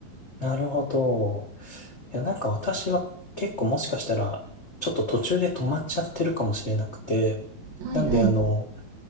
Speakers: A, on the left; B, on the right.
A: なるほど。いや、なんか私は結構もしかしたら、ちょっと途中で止まっちゃってるかもしれなくて。
B: はいはい
A: なんで、あの、